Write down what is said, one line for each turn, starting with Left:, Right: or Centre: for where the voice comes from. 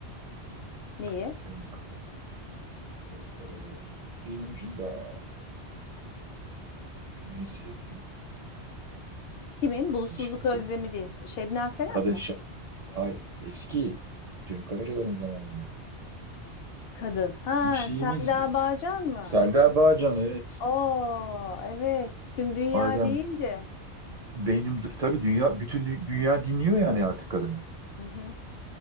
Right: Bakın
Left: Niye?
Right: yanımda kapat. Ee, Dilimin ucunda benim en sevdiğim
Left: Kimin?
Right: kadın
Left: Bulutsuzluk
Right: şarkı.
Left: özlemi değil. Şebnem Ferah
Right: Kadın
Left: mı?
Right: şarkı. Hay eski Cem Karaca'ların zamanında.
Left: Kadın. Ha,
Right: Bizim şeyimiz
Left: Selda Bağcan mı?
Right: Selda Bağcan evet.
Left: Oo, evet. Tüm dünya
Right: Bazen
Left: deyince.
Right: Beynim tabii dünya bütün dü- dünya dinliyor yani artık kadını.
Left: Hı hı.